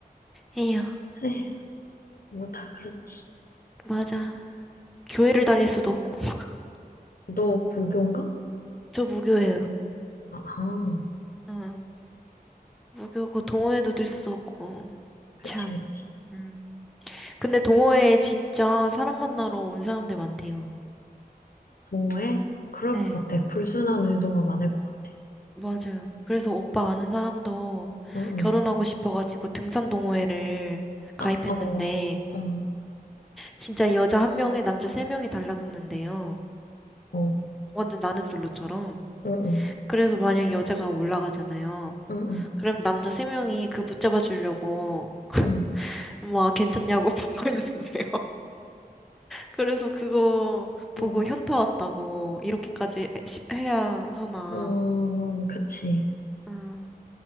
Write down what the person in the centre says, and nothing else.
에휴,
맞아. 교회를 다닐 수도 없고. <laughs>
저 무교예요.
응 무교고 동호회도 들 수도 없고.
참.
음. 근데 동호회에 진짜 사람 만나러 온 사람들 많대요.
네,
맞아요. 그래서 오빠 아는 사람도
결혼하고 싶어가지고 등산 동호회를
가입했는데,
진짜 여자 한 명에 남자 세 명이 달라붙는데요.
완전 나는 솔로처럼.
그래서 만약 여자가 올라가잖아요.
그럼 남자 세 명이 그 붙잡아 주려고
막 괜찮냐고 <laughs> 붙어 있는데요. 그래서 그거 보고
현타 왔다고 이렇게까지 시- 해야 하나.
응.